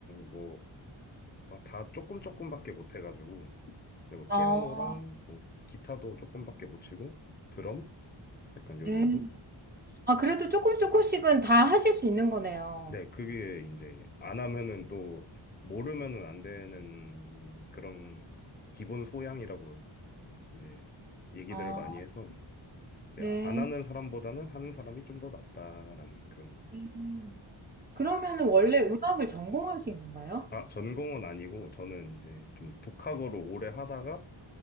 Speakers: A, on the left; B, on the right.
A: 뭐 다 조금 조금밖에 못 해가지고 그냥 뭐
B: 어.
A: 피아노랑 뭐 기타도 조금밖에 못 치고 드럼 약간 요
B: 네.
A: 정도?
B: 아, 그래도 조금 조금씩은 다 하실 수 있는 거네요.
A: 네, 그게 이제 안 하면은 또 모르면은 안 되는 그런 기본 소양이라고 이제 얘기들을
B: 아,
A: 많이 해서 네,
B: 네.
A: 안 하는 사람보다는 하는 사람이 좀 더 낫다라는 그런
B: 음. 그러면은 원래 음악을 전공하신 건가요?
A: 아, 전공은 아니고 저는 이제 좀 독학으로 오래 하다가